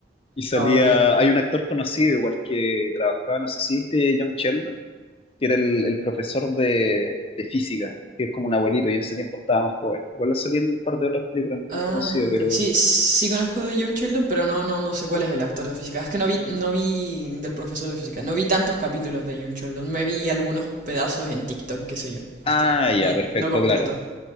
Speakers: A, on the left; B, on the right.
A: Y salía,
B: Ah, vaya, no.
A: hay un actor conocido igual que trabajaba, no sé si viste John Sheldon, que era el, el profesor de, de física, que es como un abuelito, y en ese tiempo estaba más joven. Igual salían un par de otras películas no tan
B: Ah,
A: conocidas, pero...
B: sí, sí conozco de John Sheldon, pero no, no, no sé cuál es el actor de física. Es que no vi, no vi del profesor de física, no vi tantos capítulos de John Sheldon, me vi algunos pedazos en TikTok, qué sé yo,
A: Ah,
B: ¿viste?
A: ya,
B: No,
A: perfecto,
B: no completo.
A: claro.